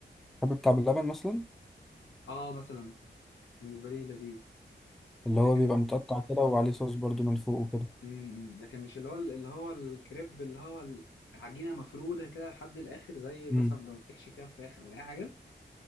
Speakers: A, in the centre; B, on the left.
A: تحب بتاع باللبن مثلا
B: اه مثلا بالنسبه لي لذيذ
A: اللي
B: لكن
A: هو بيبقى
B: ال...
A: متقطع كده وعليه صوص برضو من فوق وكده
B: م- م- لكن مش اللي هو اللي هو الكريب اللي هو العجينه مفروده كده لحد الاخر زي
A: مم.
B: مثلا لو بتحشي فيها فراخ او اي حاجه